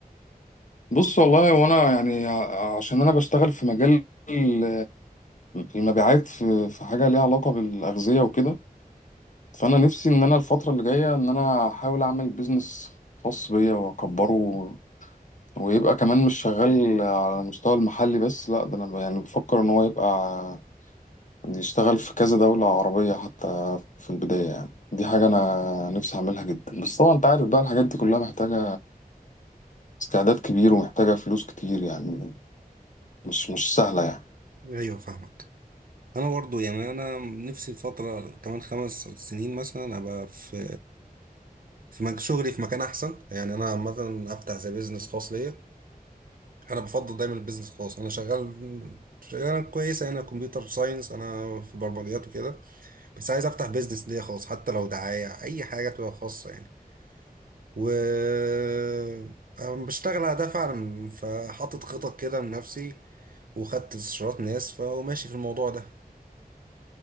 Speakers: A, on the left; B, on the right.
A: بص والله وانا يعني ع- عشان انا بشتغل في مجال ال- المبيعات في في حاجه ليها علاقه بالاغذيه وكده فانا نفسي ان انا الفتره اللي جايه ان انا احاول اعمل بيزنس خاص بيا واكبره ويبقى كمان مش شغال على المستوى المحلي بس لا ده انا ب- يعني بفكر ان هو يبقى يشتغل في كذا دوله عربيه حتى في البدايه يعني دي حاجه انا نفسي اعملها جدا بس طبعا انت عارف بقى الحاجات دي كلها محتاجه استعداد كبير ومحتاجه فلوس كتير يعني مش مش سهله يعني
B: ايوه فاهمك انا برضو يعني انا نفسي الفتره كمان خمس سنين مثلا ابقى في في مك- شغلي في مكان احسن يعني انا عامه افتح زي بيزنس خاص ليا انا بفضل دايما البيزنس الخاص انا شغال شغال كويسه انا كمبيوتر ساينس انا في برمجيات وكده بس عايز افتح بيزنس ليا خاص حتى لو دعايه اي حاجه تبقى خاصه يعني و أنا بشتغل على ده فعلا فحاطط خطط كده لنفسي وخدت استشارات ناس فماشي في الموضوع ده